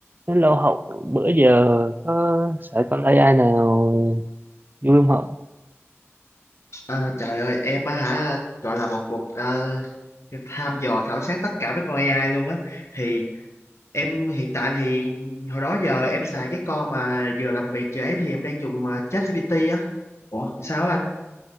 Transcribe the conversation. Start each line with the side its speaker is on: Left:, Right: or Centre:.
Right: lâu Hậu, bữa giờ có sợ con AI nào vui không Hậu?
Left: Ờ, trời ơi em á hả gọi là một cuộc ờ, tham dò khảo sát tất cả mấy con AI luôn á thì em hiện tại thì hồi đó giờ em xài cái con mà vừa làm việc vừa ấy thì em đang dùng uh, ChatGPT á ủa sao á anh